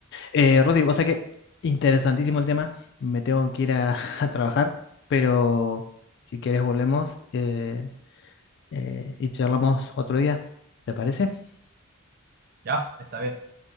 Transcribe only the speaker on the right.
Ya, está bien.